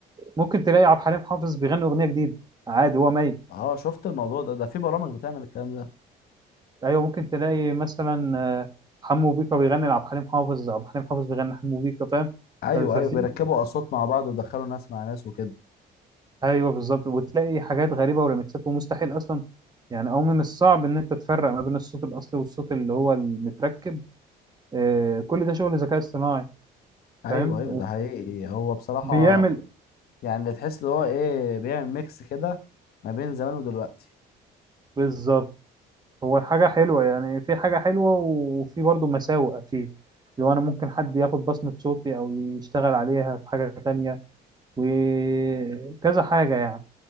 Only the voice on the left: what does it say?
اه شفت الموضوع ده ده في برامج بتعمل الكلام ده
ايوه
ايوه بيركبوا اصوات مع بعض ويدخلوا ناس مع ناس وكده
ايوه
ايوه ده حقيقي هو بصراحة
يعني اللي تحس اللي هو ايه بيعمل ميكس كده ما بين زمان ودلوقتي